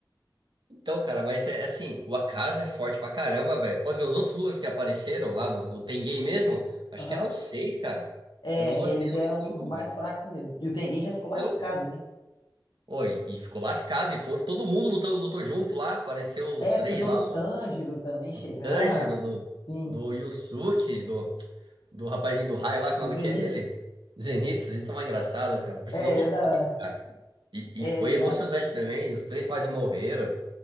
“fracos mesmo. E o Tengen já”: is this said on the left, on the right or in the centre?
Left